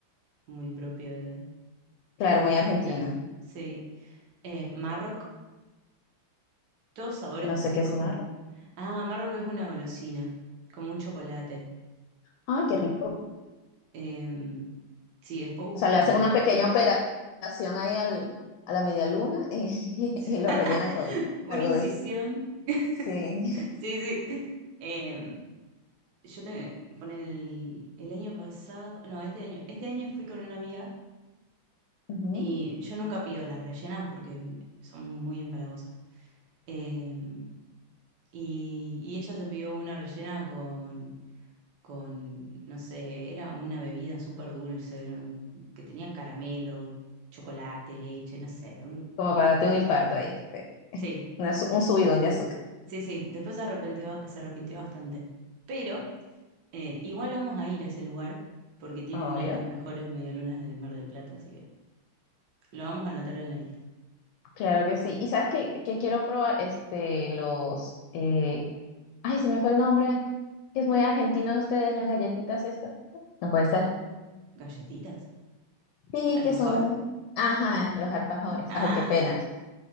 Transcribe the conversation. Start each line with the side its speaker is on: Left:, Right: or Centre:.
Right: muy propio de
Left: Claro,
Right: Argentina.
Left: muy argentina.
Right: Sí. Eh, Marroc, Todos sabores
Left: No
Right: así
Left: sé qué
Right: como...
Left: es mar.
Right: Ah, amargo que es una golosina, como un chocolate.
Left: Ay, qué rico.
Right: Em, sí, después búscalo.
Left: O sea, le hacen una
Right: Porque...
Left: pequeña operación ahí al, a la media luna y,
Right: <laughs>
Left: <laughs> y lo rellenan con
Right: una
Left: algo
Right: incisión.
Left: de eso.
Right: <laughs>
Left: Sí.
Right: Sí, sí. Em, yo te, por el, el año pasado, no, este año, este año fui con una amiga
Left: <laughs> Ujú.
Right: y yo nunca pido las rellenas porque son muy empalagosas. Em, y, y ella se pidió una rellena con con, no sé, era una bebida súper dulce, ¿no? que tenía caramelo, chocolate, leche, no sé. un-
Left: Como para darte un infarto ahí. sí.
Right: Sí,
Left: Una su- un subidón de azúcar.
Right: sí, sí, después se arrepintió, se arrepintió bastante. Pero eh, igual vamos a ir a ese lugar porque tiene
Left: Ah,
Right: una
Left: obvio.
Right: de las mejores medialunas de Mar del Plata, así que lo vamos a anotar en la lista.
Left: Claro que sí. ¿Y sabes qué, qué quiero probar? Este, los... eh, Ay, se me fue el nombre. Que es muy argentino de ustedes, las galletitas estas. No puede ser.
Right: ¿Galletitas?
Left: Sí,
Right: ¿Alfajor?
Left: que son... Ajá, los alfajores.
Right: Ah,
Left: Ay, qué pena.